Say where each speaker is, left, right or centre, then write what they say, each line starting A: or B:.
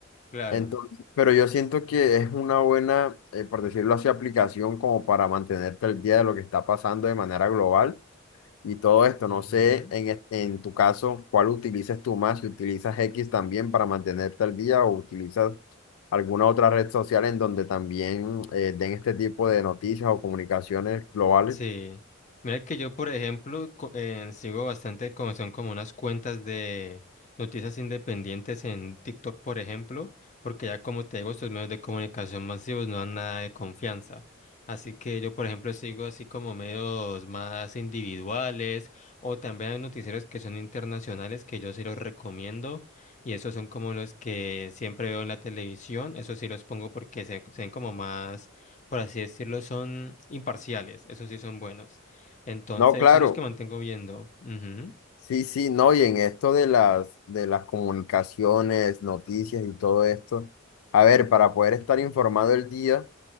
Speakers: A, on the left (about 35°); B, on the left (about 80°).
A: claro.
B: Entonces, pero yo siento que es una buena, eh, por decirlo así, aplicación como para mantenerte al día de lo que está pasando de manera global y todo esto.
A: Ujú.
B: No sé, en, es- en tu caso, ¿cuál utilizas tú más? Si utilizas X también para mantenerte al día o utilizas alguna otra red social en donde también eh, den este tipo de noticias o comunicaciones globales.
A: Sí. Mira que yo, por ejemplo, co- eh, sigo bastante como son como unas cuentas de noticias independientes en TikTok, por ejemplo, porque ya como te digo, estos medios de comunicación masivos no dan nada de confianza. Así que yo, por ejemplo, sigo así como medios más individuales o también hay noticieros que son internacionales que yo sí los recomiendo y esos son como los que siempre veo en la televisión. Esos sí los pongo porque se, se ven como más por así decirlo, son imparciales. Esos sí son buenos. Entonces,
B: No, claro,
A: son los que mantengo viendo. Ujú,
B: sí, sí, no, y en esto de las, de las comunicaciones, noticias y todo esto, a ver, para poder estar informado el día